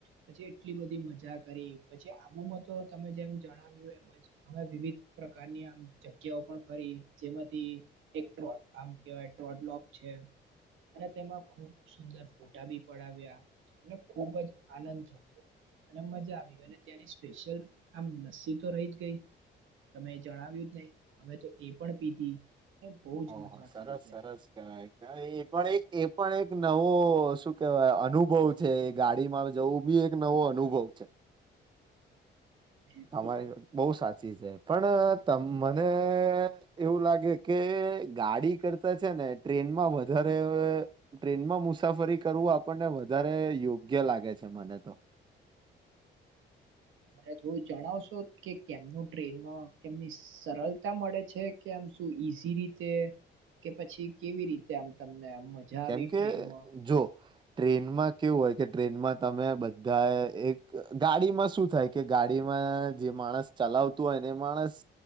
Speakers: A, on the right; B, on the right.
A: પછી એટલી બધી મજાક કરી પછી આબુમાં તો તમે જેમ જણાવ્યું એમજ અમે વિવિધ પ્રકારની આમ જગ્યા ફરી જેમાંથી એક આમ કેવાય ટ્રોટલોક છે. અને તેમાં ખુબ સુંદર ફોટા બી પડાવ્યા અને ખુબ જ આનંદ થયો. અને મજા આવી ગઈ અને ત્યાંની સ્પેશિયલ આમ લસ્સી તો રહી જ ગઈ. તમે એ જણાવ્યું જ નહી અમે તો એ પણ પીધી. અને બહુ જ
B: ઓહ
A: મજા
B: સરસ
A: કરી ત્યાં
B: સરસ ક ક એ પણ એક એ પણ એક નવો શું કેવાય અનુભવ છે એ ગાડીમાં જવું બી એક નવો અનુભવ <inaudible>
A: <inaudible> બિલકુલ
B: તમારી બહુ સાચી સાી પણમ મને એવું લાગે કે ગાડી કરતા છે ને ને ટ્રેનમાં વધારે ટ્રેનમાં મુસાફરી કરવું આપણને વધારે યોગ્ય લાગે લાગે છે મને તો
A: <inaudible> મને થોડું જણાવશો કે કેમનું ટ્રેનમાં કેમની સરળતા મળે છે કે આમ શું ઈઝી રીતે કે પછી કેવી રીતે આમ તમને મજા
B: કેમ
A: આવે
B: કે
A: ટ્રેનમાં
B: જો ટ્રેનમાં કેવું હોય કે ટ્રેનમાં તમે બધા એક ગાડીમાં શું થાય કે ગાડીમાં જે માણસ ચલાવતું હોયને માણસ